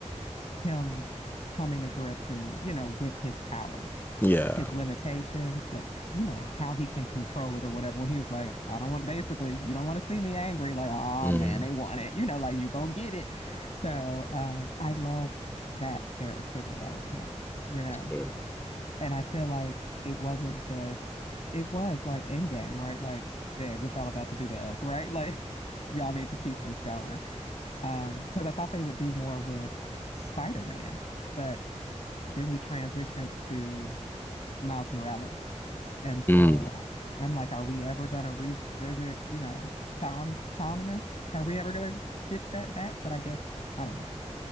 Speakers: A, on the left (about 60°); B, on the left (about 15°).
A: him coming to grips and, you know, with his power,
B: Yeah.
A: his limitations, but you know, how he can control it or whatever. When he was like, I don't want basically, you don't want to see me angry, like, oh
B: Mm,
A: man, they want it. You know, like you gonna get it. So um I loved that character development, you know.
B: fair.
A: And I feel like it wasn't just, it was like Endgame, right? Like, dang, what y'all about to do to us, right? <laughs> Like, y'all need to keep this going. Um, because I thought they would do more with Spider-Man, but then we transitioned to Miles Morales. And so
B: Mm.
A: I- I'm like, are we ever gonna revisit, you know, Tom, Tom and them? <laughs> Are we ever gonna get that back? But I guess I don't know.